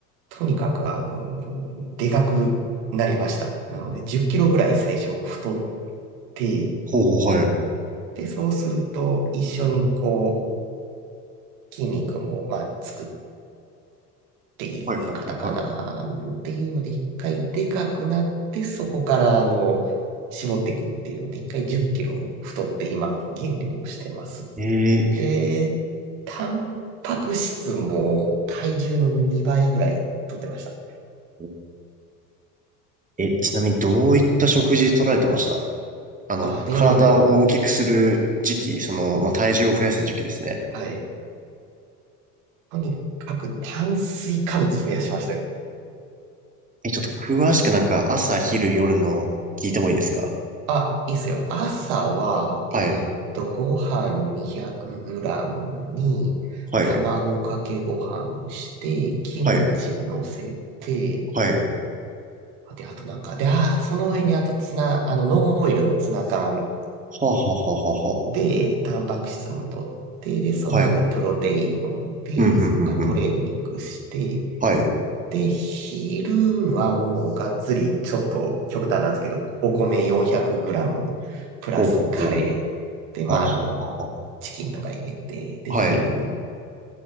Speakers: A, on the right; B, on the right.
A: とにかく、あの、でかくなりました。なので、10キロぐらい最初太って、
B: ほうほう、はい。
A: で、そうすると、一緒にこう、筋肉も、まあ、つくっていう言い方かな、
B: はいはいはいは
A: っていうので、一回でかくなって、そこから、あの、絞っていくっていうので、一回10キロ太って、今、減量してます。
B: い。え
A: で、タンパク質も体重の2倍ぐらい取ってました。
B: ー、え、ちなみにどういった食事取られてましたあの、
A: あ、でも、
B: 体を大きくする時期、その、まあ、体重を増やす時期ですね。
A: はい。とにかく炭水化物増やしましたよ。
B: え、ちょっと詳しくなんか朝、昼、夜の聞いてもいいですか
A: あ、いいっすよ。朝は、えーっと、
B: はい。
A: ご飯 200g に、
B: はい。
A: 卵かけご飯して、キムチ乗せて、
B: はい。はい。
A: で、あとなんか、で、あ、その上にあとツナ、あの、ノンオイルのツナ缶
B: はあ、はあ、はあ、は
A: で、タンパク質も取って、で、その後プロテイン飲んで、
B: あ、はあ。はい。ふんふんふんふん。
A: そっからトレーニングして、
B: はい。
A: で、昼はもうがっつり、ちょっと極端なんですけど、お米 400g プラスカレー。
B: ほうほうほう。
A: で、まあ、
B: はあ、はあ、
A: あの、
B: は
A: チキンとか入れて、で、
B: あ。
A: 昼。
B: はあはい。